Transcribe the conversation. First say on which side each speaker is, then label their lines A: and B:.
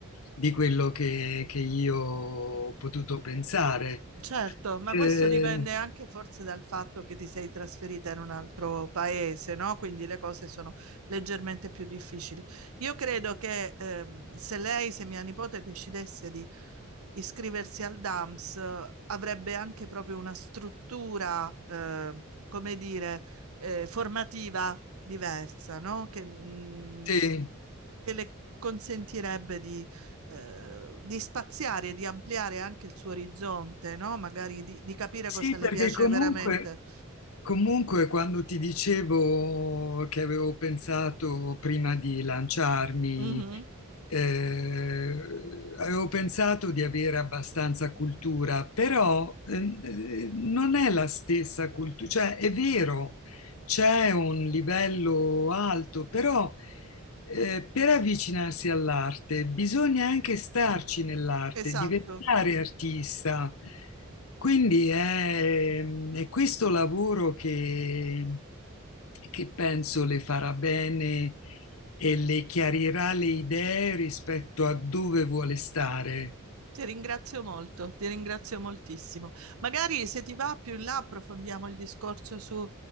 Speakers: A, on the left; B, on the right.
A: di quello che, che io ho potuto pensare.
B: Certo, ma
A: Eh,
B: questo dipende anche forse dal fatto che ti sei trasferita in un altro paese, no? Quindi le cose sono leggermente più difficili. Io credo che ehm, se lei, se mia nipote decidesse di iscriversi al DAMS, eh, avrebbe anche proprio una struttura, eh, come dire, eh, formativa diversa, no? Che, mm,
A: sì,
B: che le consentirebbe di, eh, di spaziare e di ampliare anche il suo orizzonte, no? Magari di, di capire
A: sì,
B: cosa
A: perché
B: le piace
A: comunque.
B: veramente.
A: Comunque, quando ti dicevo che avevo pensato prima di lanciarmi,
B: Mhm,
A: eh, avevo pensato di avere abbastanza cultura, però ehm, eh, non è la stessa cultura, cioè è vero, c'è un livello alto, però eh, per avvicinarsi all'arte bisogna anche starci nell'arte,
B: Esatto.
A: diventare artista. Quindi è, è questo lavoro che, che penso le farà bene e le chiarirà le idee rispetto a dove vuole stare.
B: Ti ringrazio molto, ti ringrazio moltissimo. Magari se ti va più in là approfondiamo il discorso su